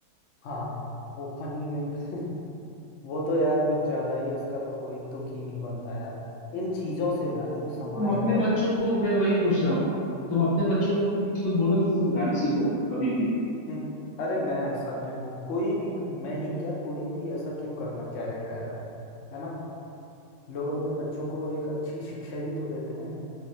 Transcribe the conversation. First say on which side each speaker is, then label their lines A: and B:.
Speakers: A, on the left; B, on the left.
A: हाँ वो फनी वे में <laughs> वो तो यार कुछ ज्यादा ही उसका तो कोई तुक ही नहीं बनता यार इन चीजों से ना जो समाज
B: तुम अपने
A: में
B: बच्चों को मैं वही पूछ रहा हूँ तुम अपने बच्चों को खुद बोलोगे कि तुम गाली सीखो कभी भी
A: हम्म, अरे मैं ऐसा क्यों कोई भी मैं ही क्या कोई भी ऐसा क्यों करना चाहेगा यार है ना लोग अपने बच्चों को एक अच्छी शिक्षा ही तो देते हैं